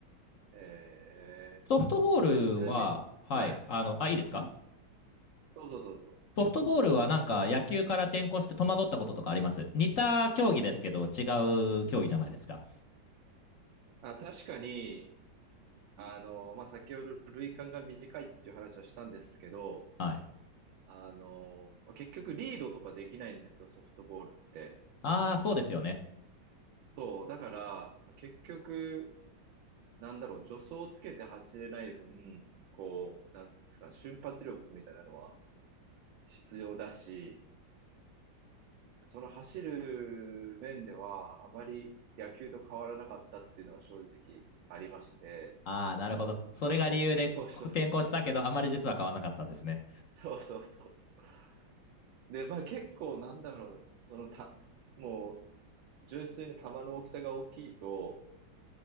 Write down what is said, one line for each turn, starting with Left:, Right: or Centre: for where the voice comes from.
Right: え
Left: ソフトボールは、
Right: ー、あれちなみに、
Left: はい、
Right: はい。
Left: あの、あ、いいですか
Right: どうぞどうぞ。
Left: ソフトボールはなんか野球から転向して戸惑ったこととかあります似た競技ですけど違う競技じゃないですか。
Right: あ、確かに、あの、まあ、先ほど類間が短いっていう話はしたんですけど、
Left: はい。
Right: あの、結局リードとかできないんですよ、ソフトボールって。
Left: ああ、そうですよね。
Right: そう、だから、結局、なんだろう、助走をつけて走れない分、こう、なんですかね、瞬発力みたいなのは必要だし、その走る面では、あまり野球と変わらなかったっていうのは正直ありまして、
Left: ああ、なるほど。それが理由で転向したけど、
Right: で、そうそう、
Left: あまり実は変わらなかったんですね。
Right: そうそうそうそう。で、まあ結構なんだろうな、そのた、もう純粋に球の大きさが大きいと、